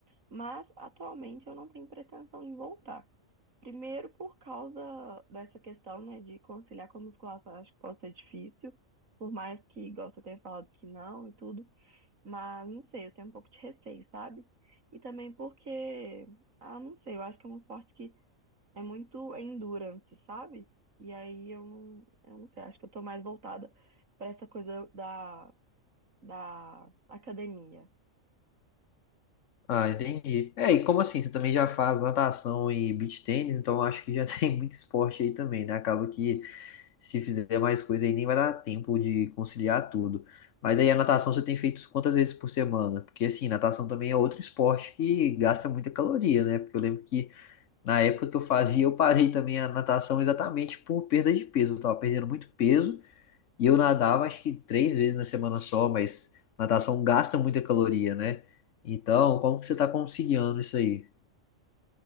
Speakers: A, on the right; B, on the left.
A: Mas atualmente eu não tenho pretensão em voltar. Primeiro por causa dessa questão, né, de conciliar com a musculação, eu acho que pode ser difícil. Por mais que, igual você tenha falado que não e tudo. Mas, não sei, eu tenho um pouco de receio, sabe? E também porque, ah, não sei, eu acho que é um esporte que é muito endurance, sabe? E aí eu, não- eu não sei, acho que eu tô mais voltada pra essa coisa da, da academia.
B: Ah, entendi. É, e como assim? Você também já faz natação e beach tênis, então eu acho que já <laughs> tem muito esporte aí também, né? Acaba que se fizer mais coisa aí nem vai dar tempo de conciliar tudo. Mas aí a natação você tem feito quantas vezes por semana? Porque assim, natação também é outro esporte que gasta muita caloria, né? Porque eu lembro que na época que eu fazia, eu parei também a natação exatamente por perda de peso. Eu tava perdendo muito peso e eu nadava acho que três vezes na semana só, mas natação gasta muita caloria, né? Então, como que você tá conciliando isso aí?